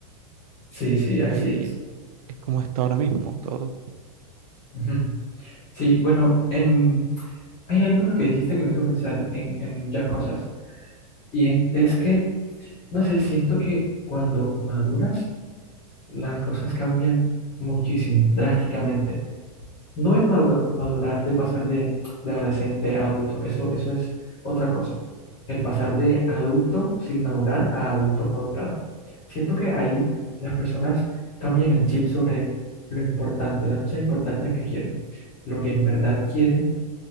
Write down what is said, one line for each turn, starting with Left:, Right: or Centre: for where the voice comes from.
Left: Sí, sí, así
Right: ahí
Left: es.
Right: es como está ahora mismo todo.
Left: Ujú. Sí, bueno, em, hay algo en lo que dijiste que me hizo pensar en, en muchas cosas. Y en- es que, no sé, siento que cuando maduras, las cosas cambian muchísimo, drásticamente. No es madura- madurar de pasar de, de adolescente a adulto, eso, eso es otra cosa. El pasar de adulto sin madurar a adulto madurado. Siento que ahí las personas cambian el chip sobre lo importante, las cosas importantes que quieren, lo que en verdad quieren